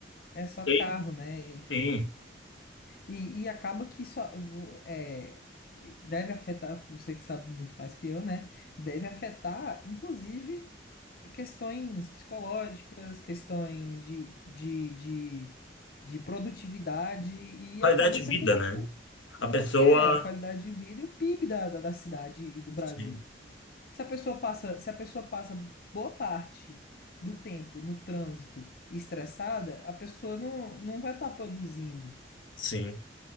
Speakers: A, on the left; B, on the left.
A: é só
B: Sim,
A: carro, né? E,
B: sim.
A: e, e acaba que isso é, deve afetar, você que sabe muito mais que eu, né? Deve afetar, inclusive, questões psicológicas, questões de, de, de, de produtividade e
B: Qualidade
A: acaba
B: de
A: afetando
B: vida, né?
A: o, o-
B: A pessoa.
A: é, a qualidade de vida e o PIB da, da, da cidade e do Brasil.
B: Sim,
A: Se a pessoa passa, se a pessoa passa boa parte do tempo no trânsito estressada, a pessoa não, não vai estar produzindo,
B: sim,